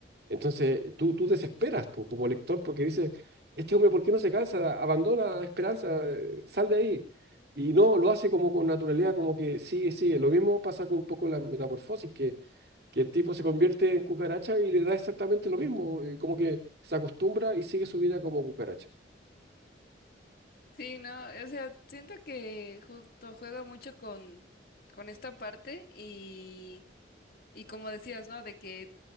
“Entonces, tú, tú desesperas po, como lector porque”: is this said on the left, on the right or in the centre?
Right